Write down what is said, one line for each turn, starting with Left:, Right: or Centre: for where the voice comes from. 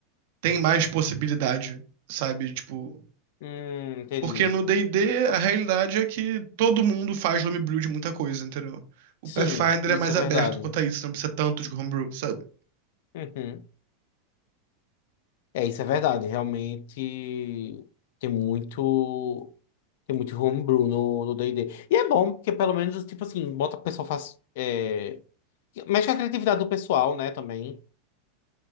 Right: tem mais possibilidade, sabe? Tipo,
Left: Hum, entendi.
Right: porque no D&D a realidade é que todo mundo faz homebrew de muita coisa, entendeu? O
Left: Sim,
Right: Pathfinder
Left: isso
Right: é mais
Left: é verdade.
Right: aberto quanto a isso, não precisa tanto de homebrew, sabe?
Left: Uhum. É, isso é verdade. Realmente tem muito. Tem muito homebrew no no D&D. E D. E é bom, porque pelo menos, tipo assim, bota o pessoal faz. é, Mexe com a criatividade do pessoal, né, também.